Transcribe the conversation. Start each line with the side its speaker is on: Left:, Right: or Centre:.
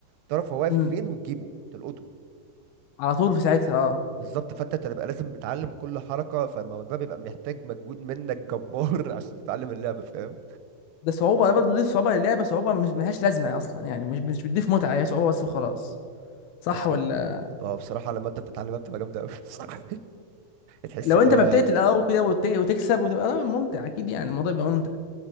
Right: تعرف هو واقف
Left: مم.
Right: فين وتجيبه تلقطه
Left: على طول في ساعتها اه
Right: بالظبط فانت تبقى لازم متعلم كل حركه فالموضوع ده بيبقى محتاج مجهود منك جبار <laughs> عشان تتعلم اللعبه فاهم
Left: ده صعوبة ده برضه دي صعوبة للعبة صعوبة مش ملهاش لازمة أصلا يعني مش مش بتضيف متعة هي صعوبة بس وخلاص صح
Right: بس
Left: ولا
Right: بقول- هو بصراحه لما انت بتتعلمها بتبقى جامده قوي <laughs> بصراحه تحس
Left: لو
Right: اللي
Left: أنت
Right: هو
Left: ما بتقتل أو كده وت- وتكسب وتبقى آه ممتع أكيد يعني الموضوع يبقى ممتع